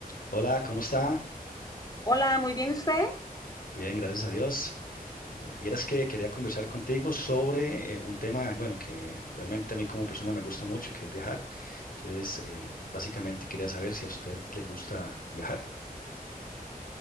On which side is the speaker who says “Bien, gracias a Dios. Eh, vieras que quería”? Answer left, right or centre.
Left